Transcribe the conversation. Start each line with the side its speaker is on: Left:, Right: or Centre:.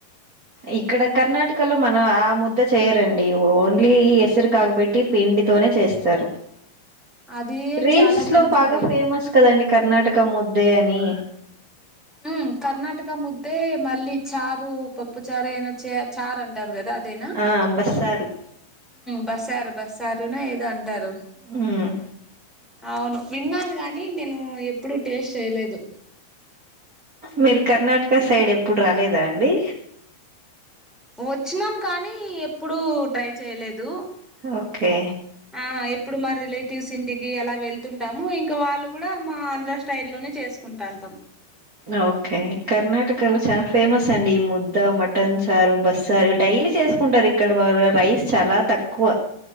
Right: ఇక్కడ కర్ణాటకలో మనం ఆ ముద్ద చేయరండి ఓన్లీ ఎసరు కాకబెట్టి పెం వడితోనే చేస్తారు
Centre: అది
Right: రీల్స్
Centre: చాలా మంచిది
Right: లో బాగా ఫేమస్ కదండి కర్ణాటక ముద్దే అని
Centre: ఉమ్ కర్ణాటక ముద్దే మళ్ళీ చారు పప్పు చారు ఏదో చారు అంటారు కదా అదేనా
Right: ఆ బస్సారు
Centre: బస్సారు బస్సారునే ఏదో అంటారు
Right: హ్మ్
Centre: అవును విన్నాను గాని నేను ఎప్పుడు టేస్ట్ చేయలేదు
Right: మీరు కర్ణాటక సైడ్ ఎప్పుడు రాలేదా అండి
Centre: వచ్చినాం కానీ ఎప్పుడు ట్రై చేయలేదు
Right: ఓకే
Centre: ఆ ఎప్పుడు మా రిలేటివ్స్ ఇంటికి అలా వెళ్తుంటాము ఇంకా వాళ్ళు కూడా మా ఆంధ్ర స్టైడ్ లోనే చేసుకుంట టాంతం
Right: ఓకే కర్ణాటకలో చాలా ఫేమస్ సాఅండి ముద్ద మటన్ చారు బసరు డైలీ చేసుకుంటారు ఇక్కడ వాళ్ళ రైస్ చాలా తక్కువ వ